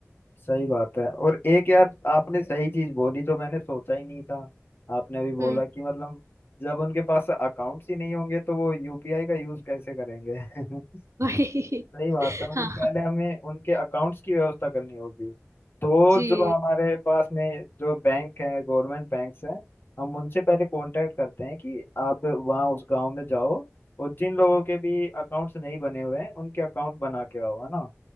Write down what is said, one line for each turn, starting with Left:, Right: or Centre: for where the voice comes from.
Left: सही बात है और एक यार आपने सही चीज बोली जो मैंने सोचा ही नहीं था आपने अभी बोला
Right: हम्म
Left: कि मतलब जब उनके पास अकाउंट्स ही नहीं होंगे तो वो यूपीआई का यूज कैसे करेंगे <laughs>
Right: भाई
Left: सही बात
Right: <laughs>
Left: है मतलब
Right: हाँ
Left: पहले हमें उनके अकाउंट्स की व्यवस्था करनी होगी तो
Right: जी
Left: जो हमारे पास में जो बैंक है गवर्नमेंट बैंक्स हैं हम उनसे पहले कांटेक्ट करते हैं कि आप वहाँ उस गांव में जाओ और जिन लोगों के भी अकाउंट्स नहीं बने हुए हैं उनके अकाउंट बना के आओ है ना